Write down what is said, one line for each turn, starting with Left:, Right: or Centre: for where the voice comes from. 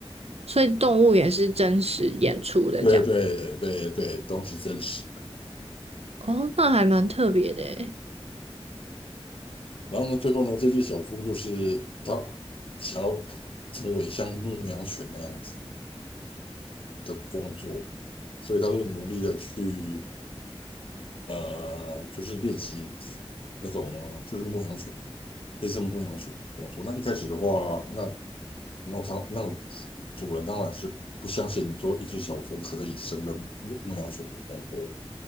Right: 所以动物也是真实演出的这样。
Left: 对对对对，都是真实。
Right: 哦，那还蛮特别的诶。
Left: 然后呢，最后呢，这只小猪就是它想要成为像牧羊犬那样子的工作，所以它就努力的去呃，就是练习那种就是牧羊犬，类似牧羊犬的工作。那一开始的话，那猫场那主人当然是不相信说一只小猪可以胜任牧牧羊犬的工作，